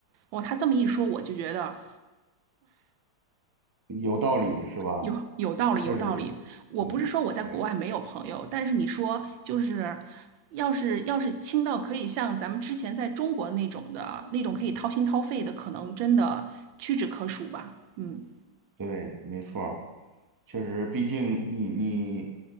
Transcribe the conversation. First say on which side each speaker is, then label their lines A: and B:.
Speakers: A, on the right; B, on the right.
A: 哦，他这么一说，我就觉得
B: 有道理是吧？
A: 有有道理，
B: 确实是，
A: 有道理。我不是说我在国外没有朋友，
B: 嗯，对
A: 但是你说就是。要是要是亲到可以像咱们之前在中国那种的那种可以掏心掏肺的，可能真的屈指可数吧。嗯，
B: 对，没错儿。确实，毕竟你你